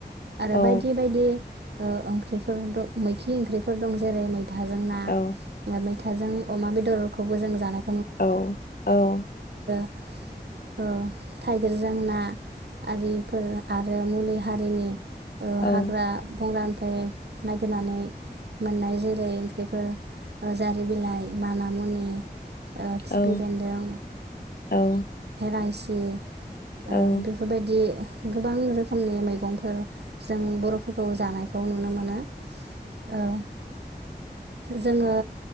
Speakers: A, on the right; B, on the left.
A: आरो
B: औ
A: बायदि बायदि ओ ओंख्रिफोर दं। मैखि ओंख्रिफोर दं जेरै मै मैथाजों ना
B: औ
A: मैथाजों अमा बेदर खौबो जों जानाय
B: औ औ
A: ओ थाइगिरजों ना आरिफोर आरो आरो मुलि हारिनि ओ हाग्रा
B: औ
A: बंग्रानिफ्राय नागिरनानै मोननाय जेरै ओंख्रि फोर जारि बिलाइ माना मुनि ओ खिफि
B: औ
A: बेन्दों
B: औ
A: लाइसि
B: औ
A: ओ बेफोरबायदि गोबां रोखोमनि मैगंफोर जों बर'फोरखौ जानाय खौ नुनो मोनो। ओ जोङो